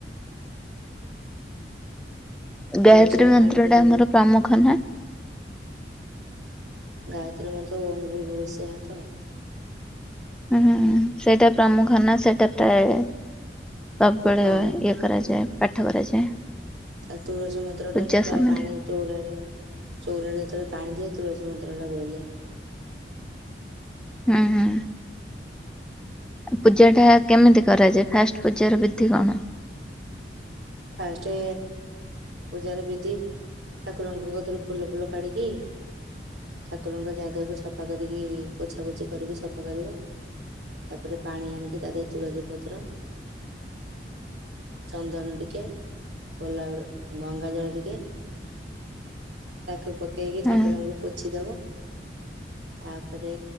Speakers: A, on the right; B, in the centre.
A: ତୁଳସୀରେ
B: ଗାୟତ୍ରୀ ମନ୍ତ୍ର
A: ପାଣି ଦେଲା
B: ଟା ଆମର
A: ବେଳେ
B: ପ୍ରାମୁଖ ନା?
A: ଗାୟତ୍ରୀ ମ‍ନ୍ତ ଓ଼ମଂ ଭୁର ଭୁବସ୍ୱାହା ତ?
B: ହୁଁ ହୁଁ ସେଇଟା ପ୍ରମୁଖ ନା ସେଇଟା ପ୍ରାଏ ସବ୍ ବେଳେ
A: ହଁ
B: ଇଏ। କରାଯାଏ ପାଠ କରାଯାଏ।
A: ତା ତୁଳସୀ ମନ୍ତ୍ର
B: ପୂଜା
A: ଟା ମୁଁ ପ୍ରାୟ
B: ସମୟରେ
A: ପାଣି। ଚଉରାରେ ଚଉରାରେ ଯେତେବେଳେ ପାଣି ଦିଏ ତୁଳସୀ ମନ୍ତ୍ର ଟା ବୋଲେ।
B: ହୁଁ ହୁଁ। ପୂଜା ଟା କେମିତି କରାଯାଏ ଫାଷ୍ଟ୍ ପୂଜାର ବିଧି କଣ?
A: ଫାଷ୍ଟେ ପୂଜାର ବିଧି। ଠାକୁରଙ୍କ କତିରୁ ଫୁଲ ଫୁଲ କାଢ଼ିକି। ଠାକୁରଙ୍କ ଜାଗାକୁ ସଫା କରିକି ପୋଛାପୋଛି କରିକି ସଫା କରିବ। ତାପରେ ପାଣି ଆଣିକି ତା ଦେହରେ ତୁଳସୀ ପତ୍ର। ଚନ୍ଦନ ଟି। କା କୋଲା ଗଙ୍ଗା ଜଳ ଟିକେ। ତାକୁ ପକେଇକି ଠାକୁରଙ୍କୁ
B: ହୁଁ
A: ପୋଛିଦବ। ତାପରେ